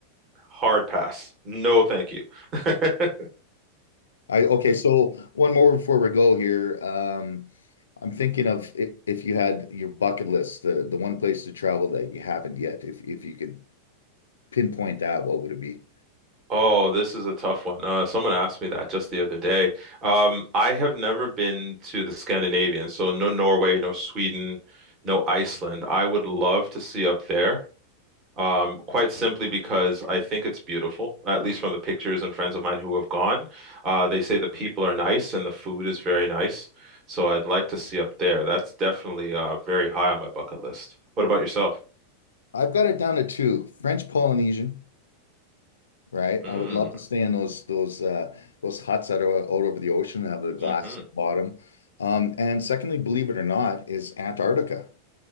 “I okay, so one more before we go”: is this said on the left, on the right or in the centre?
Left